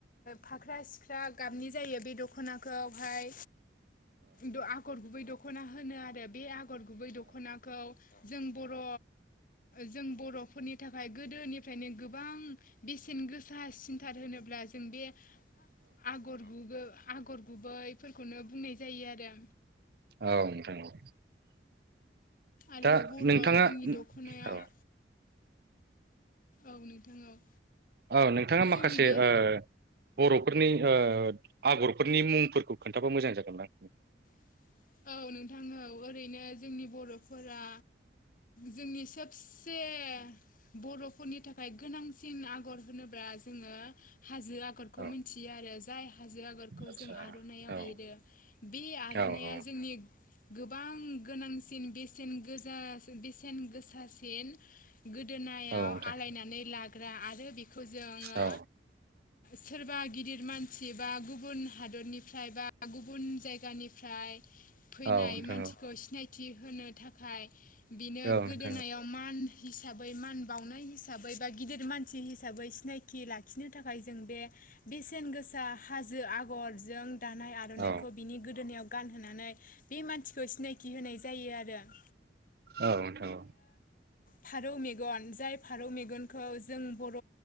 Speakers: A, on the left; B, on the right.
A: फाख्रा सिख्रा गाबनि जायो बे दखनाखौहाय द आगर गुबै दखना होनो आरो बे आ गर गुबै दख'नाखौ जों बर' जों बर'फोरनि थाखाय गोदोनिफ्रायनो गोबां बेसेन गोसा सिन्थार होनोब्ला <inaudible> आगर गुबो आगर गुबैफोरखौनो बुंनाय जायो आरो
B: औ नोंथां औ।
A: आरो
B: दा
A: बर'
B: नोंथाङा
A: जोंनि दख'नायाव।
B: औ
A: औ नोंथां औ।
B: औ नोंथाङा माखासे
A: जोंनि बे
B: <inaudible> बर'फोरनि ओ आगरफोरनि मुंफोरखौ खोन्थाबा मोजां जागोन दां।
A: <inaudible> औ ओरैनो जोंनि बर'फोरा जोंनि सबसे बर' फनि थाखाय गोनांसिन आगर होनोब्ला जोङो। हाजो आगरखौ
B: औ
A: मिथियो आरो जाय हाजो आगरखौ
B: आदसा
A: जों आर'नाइाव
B: औ
A: एरो बे आर'
B: औ
A: नाया
B: औ
A: जोंनि गोबां गोनांसिन बेसेन गोजा बेसेन गोसासिन गोदोना
B: औ नोंथां
A: आलायनानै लाग्रा आरो बेखौ जोंङो
B: औ
A: सोरबा गिदिर मानसि बा गुबुन हादरनिफ्राय बा गुबुन जायगानिफ्राय फैनाय
B: औ नोंथां
A: मानसिखौ सिनायथि होनो थाखाय बिनो
B: औ नोंथां
A: गोदोनायाव मान हिसाबै मान बावनाय हिसै बा गिदिर मानसि हिसाबै सिनायथि लाखिनो थाखाय जों बे बेसेन गोसा हा हाजो आगरजों दानाय आर'नाइखौ
B: औ
A: बिनि गोदोनायाव गानहोनानै बे मानसिखौ सिनायथि होनाय जायो आरो। <inaudible>
B: औ नोंथां औ।
A: थारौ मेगन जाय फारौ मेगनखौ जों बर'